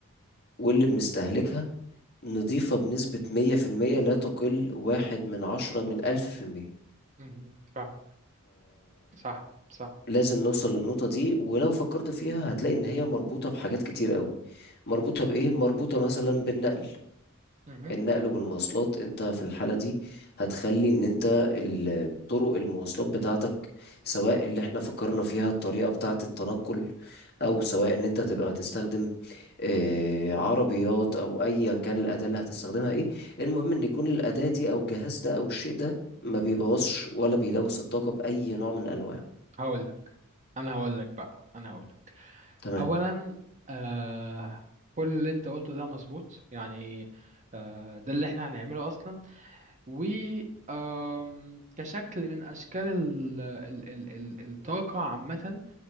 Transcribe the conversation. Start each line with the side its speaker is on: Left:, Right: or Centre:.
Left: واللي بنستهلكها نضيفها بنسبة مية في المية لا تقل واحد من عشرة من ألف في المية
Right: مهم. فا- صح صح
Left: لازم نوصل للنقطة دي ولو فكرت فيها هتلاقي إن هي مربوطة بحاجات كتير قوي مربوطة بإيه؟ مربوطة مثلا بالنقل
Right: مهم.
Left: النقل والمواصلات أنت في الحالة دي هتخلي إن أنت ال- طرق المواصلات بتاعتك سواء اللي احنا فكرنا فيها الطريقة بتاعة التنقل أو سواء إن أنت تبقى تستخدم آه، عربيات أو أيا كان الأداة اللي هتستخدمها إيه المهم إن يكون الأداة دي أو الجهاز ده أو الشيء ده ما بيبوظش ولا بيلوث الطاقة بأي نوع من الأنواع
Right: هقولك انا هقولك بقى انا هقولك
Left: تمام
Right: اولا آه كل اللي انت قلته ده مظبوط يعني آه ده اللي احنا هنعمله اصلا و آم، كشكل من اشكال ال ال ال ال الطاقه عامه